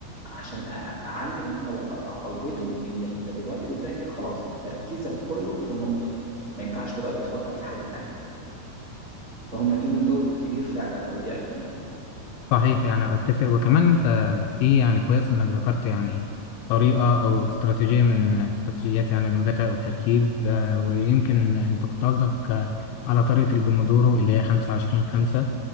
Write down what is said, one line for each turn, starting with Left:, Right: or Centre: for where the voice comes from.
Right: عشان أ- اعلم الطالب او اعوده ان انت دلوقتي بتذاكر خلاص تركيزك كله في النقطه دي ما ينفعش تبقى بتفكر في حاجه تانيه فهم ليهم دور كبير فعلا اولياء الامور
Left: صحيح يعني أتفق وكمان أنت في يعني كويس إنك ذكرت يعني طريقة أو استراتيجية من استراتيجيات يعني المذاكرة أو التركيز آه، ويمكن أنت كنت قصدك آه، على طريقة البومودورو اللي هي خمسة عشرين خمسة